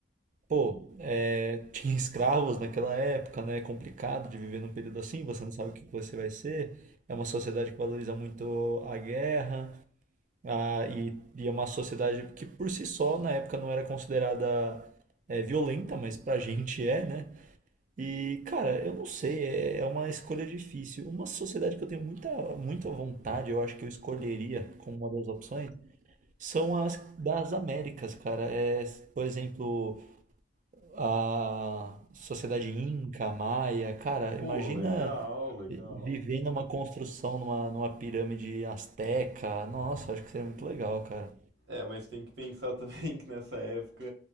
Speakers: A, on the right; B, on the right.
A: pô, é, tinha escravos naquela época, né? É complicado de viver num período assim, você não sabe o que que você vai ser. É uma sociedade que valoriza muito a guerra, a, e, e é uma sociedade que, por si só, na época não era considerada é, violenta, mas pra gente é, né? E, cara, eu não sei, é é uma escolha difícil. Uma sociedade que eu tenho muita, muita vontade, eu acho que eu escolheria como uma das opções, são as das Américas, cara. É, por exemplo, a sociedade Inca, Maia. Cara, imagina
B: Pô, legal, legal.
A: viver numa construção, numa, numa pirâmide asteca. Nossa, acho que seria muito legal, cara.
B: É, mas tem que pensar <laughs> também que nessa época